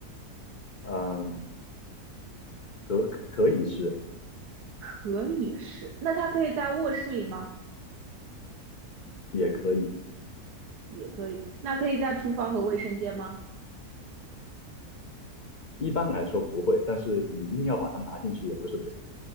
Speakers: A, on the left; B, on the right.
A: 嗯，可可以是，
B: 可以是。那它可以在卧室里吗？
A: 也可以。
B: 也可以。那可以在厨房和卫生间吗？
A: 一般来说不会，但是你硬要把它拿进去也不是不行。